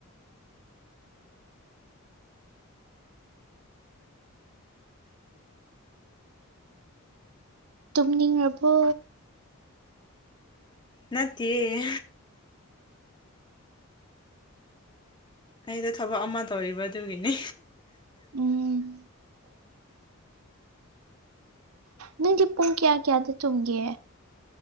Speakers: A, on the right; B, on the left.
A: ꯇꯨꯝꯅꯤꯡꯉꯕꯣ
B: ꯅꯠꯇꯦꯌꯦ ꯑꯩꯗꯣ ꯊꯕꯛ ꯑꯃ ꯇꯧꯔꯤꯕ ꯑꯗꯨꯒꯤꯅꯦ
A: ꯎꯝ꯫ ꯅꯪꯗꯤ ꯄꯨꯡ ꯀꯌꯥ ꯀꯌꯥꯗ ꯇꯨꯝꯒꯦ